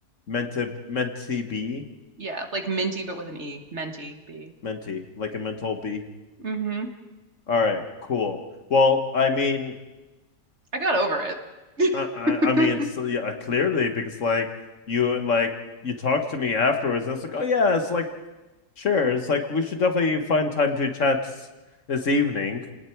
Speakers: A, on the left (about 50°); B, on the right (about 45°).
A: Meant to meant to be?
B: Yeah, like minty but with an E. Menti B.
A: Minty, like a mental B.
B: hmm
A: All right, cool. Well, I mean,
B: I got over it.
A: I, I I mean,
B: <laughs>
A: so yeah, clearly because like you like you talked to me afterwards. And it's like, oh yeah, it's like sure. It's like we should definitely find time to chat this evening.